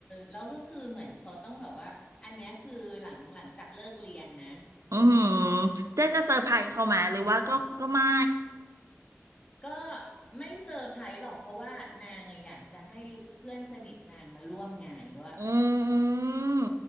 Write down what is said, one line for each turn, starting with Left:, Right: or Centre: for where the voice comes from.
Left: แล้วก็คือเหมือนเขาต้องแบบว่าอันเนี้ยคือหลังหลังจากเลิกเรียนนะเออ
Right: อืมเจ๊จะเซอร์ไพรส์เขาไหมหรือว่าก็ก็ไม่
Left: ก็ไม่เซอร์ไพรส์หรอกเพราะว่านางอะอยากจะให้เพื่อนสนิทนางมาร่วมงานด้วย
Right: อืม